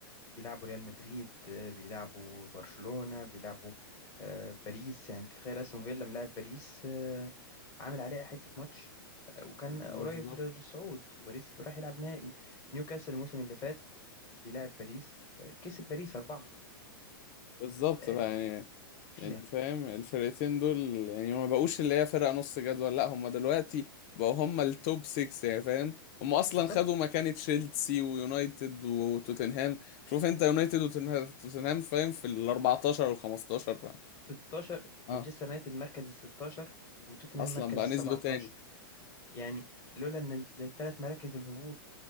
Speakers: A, on the left; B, on the left.
A: بيلعبوا ريال مدريد آه، بيلعبوا برشلونة بيلعبوا آه، باريس يعني تتخيل استون فيلا ملاعب باريس آه، عامل عليها حتة ماتش آه، وكان
B: بالظبط
A: قريب للصعود وباريس راح يلعب نهائي نيوكاسل الموسم اللي فات بيلعب باريس آه، كسب باريس أربعة
B: بالظبط
A: آه،
B: بقى يعني
A: فيها
B: يعني فاهم الفرقتين دول يعني ما بقوش اللي هي فرقة نص جدول لا هم دلوقتي بقوا هم التوب 6 يعني فاهم هم اصلا
A: بالظبط
B: خدوا مكان تشيلسي ويونايتد وتوتنهام شوف انت يونايتد وتوتنهام توتنهام، فاهم في ال 14 وال 15 فاهم؟
A: 16
B: اه
A: مانشستر يونايتد مركز ال 16 وتوتنهام
B: اصلا
A: مركز
B: بقى
A: ال
B: نزلوا
A: 17
B: تاني
A: يعني لولا ان الثلاث مراكز الهبوط